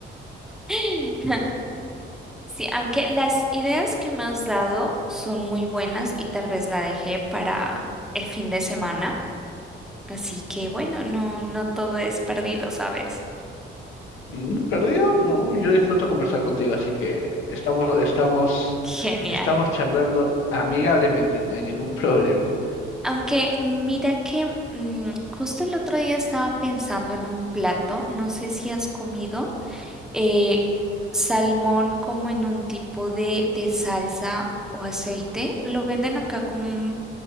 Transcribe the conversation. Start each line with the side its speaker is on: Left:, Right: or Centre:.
Centre: <laughs> Sí, aunque las ideas que me has dado son muy buenas y tal vez la dejé para el fin de semana. Así que bueno, no, no todo es perdido, ¿sabes?
Left: Mm, ¿Perdido? No, yo disfruto conversar contigo, así que estamos, estamos,
Centre: <laughs> Genial.
Left: estamos charlando amigablemente, no hay ningún <laughs> problema.
Centre: Aunque mira que mm, justo el otro día estaba pensando en un plato, no sé si has comido eh, salmón como en un tipo de, de salsa o aceite, lo venden acá como un